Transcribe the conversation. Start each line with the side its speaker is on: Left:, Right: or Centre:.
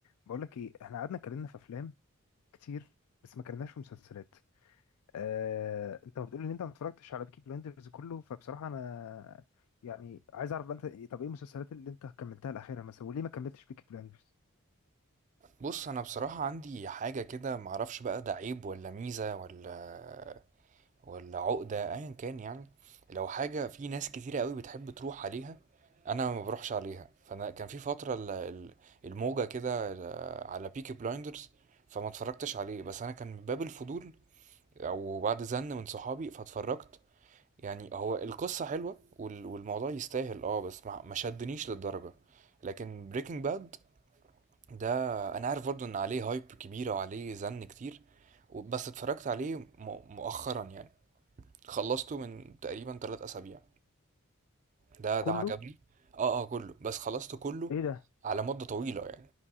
Left: بقول لك ايه احنا قعدنا اتكلمنا في افلام كتير بس ما اتكلمناش في مسلسلات اه... انت ما بتقول ان انت ما اتفرجتش على بيكي بلايندرز كله فبصراحه انا يعني عايز اعرف بقى انت إيه، طب ايه المسلسلات اللي انت كملتها الاخيره مثلا وليه ما كملتش بيكي بلايندرز
Right: بص انا بصراحة عندي حاجة كده معرفش بقى ده عيب ولا ميزة ولا ولا عقدة ايا كان يعني لو حاجة في ناس كتيرة قوي بتحب تروح عليها انا ما بروحش عليها فانا كان في فترة ال- ال- الموجة كده ال- على بيكي بلايندرز فما اتفرجتش عليه بس انا كان من باب الفضول او بعد زن من صحابي فاتفرجت يعني هو القصة حلوة وال- والموضوع يستاهل اه بس ما ما شدنيش للدرجة لكن بريكنج باد ده انا عارف برضو ان عليه هايب كبيره وعليه زن كتير و- بس اتفرجت عليه م- مؤخرا يعني خلصته من تقريبا ثلاث اسابيع ده ده
Left: كله
Right: عجبني اه اه كله بس خلصته كله
Left: ايه ده
Right: على مده طويله يعني